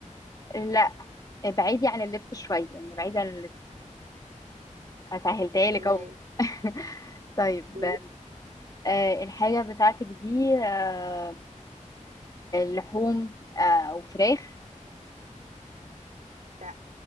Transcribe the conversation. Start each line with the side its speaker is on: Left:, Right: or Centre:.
Left: لا بعيدي عن اللبس شوية يعني بعيدي عن اللبس سهلتها
Right: تمام
Left: لك أهو <laughs> طيب
Right: إيه؟
Left: آه، الحاجة بتاعتك دي آه، لحوم آه، أو فراخ
Right: لا